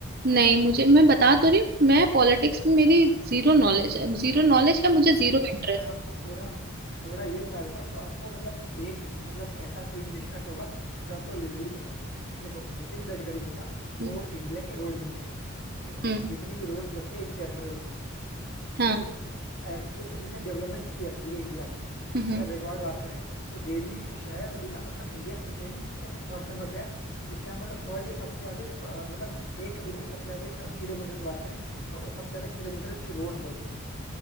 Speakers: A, on the right; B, on the left.
A: नहीं मुझे मैं बता तो रही हूँ मैं पॉलिटिक्स में मेरी जीरो नॉलेज है जीरो नॉलेज क्या मुझे जीरो
B: कोई नहीं
A: इंटरेस्ट
B: मैं आपको थोड़ा थोड़ा ये बता देता हूँ तो आपको मतलब एक मतलब ऐसा कोई मिनिस्टर तो होगा जो आपको लिटरली पसंद होगा देखो नितिन गडकरी जो है ना वो
A: है
B: इंडिया के रोड मिनिस्टर है ठीक है
A: हम्म
B: जितनी भी रोड्स बनती है इनके अंडर में बनती है
A: हाँ
B: तो एक्चुअल में जिसने डेवलपमेंट किया है पूरे इंडिया में
A: हम्म
B: अगर रिकॉर्ड बात करें तो डेली शायद अभी ना मतलब इंडिया सेकेंड या फिर फर्स्ट नंबर पे है जिसके यहाँ मतलब पर डे सबसे ज्यादा अ, मतलब एक दिन में सबसे ज्यादा किलोमीटर की बात करें तो सबसे ज्यादा किलोमीटर की रोड्स बनती हैं